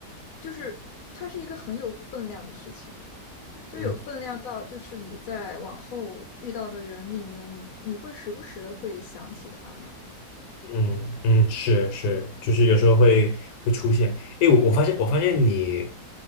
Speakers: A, on the left; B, on the left.
A: 就是它是一个很有分量的事情，就有分量到，
B: 嗯。
A: 就是你在往后遇到的人里面，你你会时不时的会想起他们。
B: 嗯嗯，是是，就是有时候会会出现。哎，我我发现我发现你